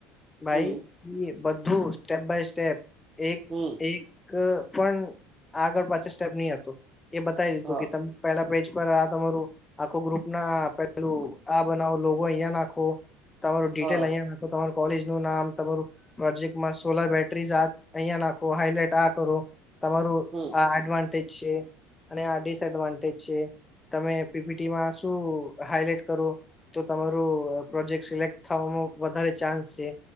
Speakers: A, on the left (about 15°); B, on the right (about 30°).
A: ભાઈ
B: હમ
A: બધું સ્ટેપ બાય સ્ટેપ. એક
B: હમ
A: એક પણ આગળ પાછળ સ્ટેપ નહી આ એ બતાવી દીધું
B: હા
A: કે જપહેલા પેજ પર આ તમારું આખો ગ્રુપ ના પેલું આ બનાવો લૉગો અહીંયા નાખો તમારુ ડિટેલ
B: હા
A: અહીંયા નાખો તમારું કોલેજ નું નામ તમારું પ્રોજેકટમાં સોલર બેટરીઝ આ અહીંયા નાખો હાઈલાઈટ આ કરો તમારું
B: હમ્મ.
A: આ એડવાન્ટેજ છે અને આ ડિસએડવાન્ટેજ છે. તમે પીપીટીમાં શું હાઈલાઈટ કરો? તો તમારું પ્રોજેક્ટ સિલેક્ટ થવામાં વધારે ચાન્સ છે.